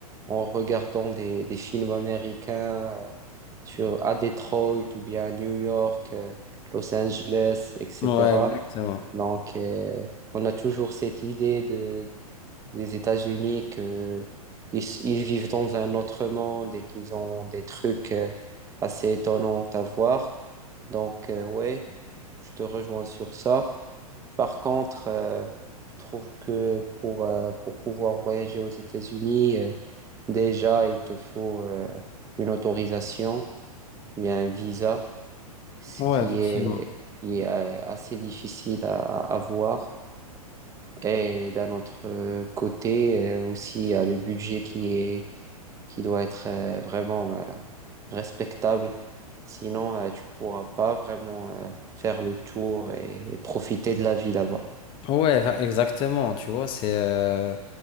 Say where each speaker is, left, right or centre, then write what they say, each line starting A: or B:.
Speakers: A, on the right; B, on the left.
A: en regardant des, des films américains euh, sur, à Detroit ou bien à New York, euh, Los Angeles, etc.
B: Ouais, exactement.
A: Donc, euh, on a toujours cette idée de, des États-Unis que ils, ils vivent dans un autre monde et qu'ils ont des trucs euh, assez étonnants à voir. Donc, euh, ouais, je te rejoins sur ça. Par contre, euh, je trouve que pour, euh, pour pouvoir voyager aux États-Unis, euh, déjà, il te faut euh, une autorisation, bien un visa, ce
B: Ouais,
A: qui
B: effectivement.
A: est, qui est, euh, assez difficile à à avoir. Et d'un autre euh, côté, euh, aussi, il y a le budget qui est, qui doit être euh, vraiment euh, respectable. Sinon, euh, tu pourras pas vraiment euh, faire le tour et, et profiter de la vie là-bas.
B: Ouais, va- exactement, tu vois, c'est euh,